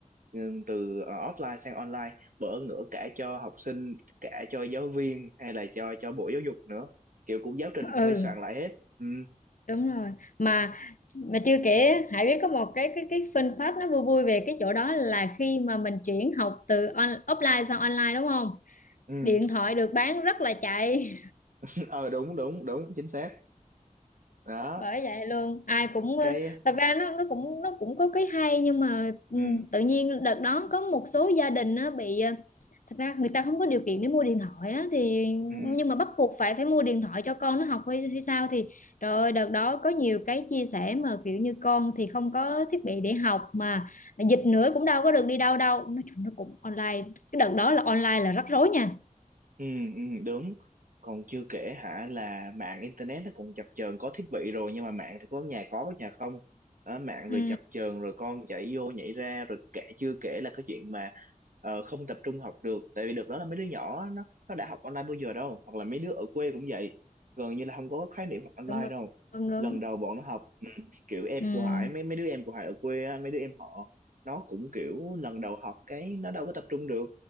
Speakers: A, on the right (about 70°); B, on the left (about 70°).
A: ừ, từ ờ, offline sang online bỡ ngỡ cả cho học sinh cả cho giáo viên hay là cho cho bộ giáo dục nữa kiểu cũng giáo trình
B: ừ
A: cũng phải soạn lại hết ừ
B: đúng rồi mà mà chưa kể Hải biết có một cái cái cái fun fact nó vui vui về cái chỗ đó là khi mà mình chuyển học từ on, offline sang online đúng không
A: ừ
B: điện thoại được bán rất là chạy
A: <laughs> ờ đúng đúng đúng chính xác đó
B: bởi vậy luôn ai cũng ờ,
A: cái
B: thật ra nó nó cũng nó cũng có cái hay nhưng mà ừ,
A: <clears throat> ừ
B: tự nhiên đợt đó có một số gia đình nó bị ờ, thật ra người ta không có điều kiện để mua điện thoại á thì
A: Ừ,
B: nhưng mà bắt buộc phải phải mua điện thoại cho con nó học hay, hay sao thì trời ơi, đợt đó có nhiều cái chia sẻ mà kiểu như con thì không có thiết bị để học mà dịch nữa cũng đâu có được đi đâu đâu nói chung nó cũng online cái đợt đó là online là rắc rối nha
A: ừ, ừ, đúng. Còn chưa kể hả là mạng internet nó cũng chập chờn có thiết bị rồi nhưng mà mạng thì có nhà có có nhà không. Đó, mạng
B: ừ
A: rồi chập chờn rồi con chạy vô nhảy ra rồi kể chưa kể là cái chuyện mà ờ, không tập trung học được tại vì được đó là mấy đứa nhỏ á, nó nó đã học online bao giờ đâu hoặc là mấy đứa ở quê cũng vậy gần như là không có khái niệm học online
B: đúng đúng
A: đâu
B: đúng đúng
A: lần đầu bọn nó học ừ, kiểu em
B: ừ
A: của Hải mấy mấy đứa em của Hải ở quê á, mấy đứa em họ nó cũng kiểu lần đầu học cái nó đâu có tập trung được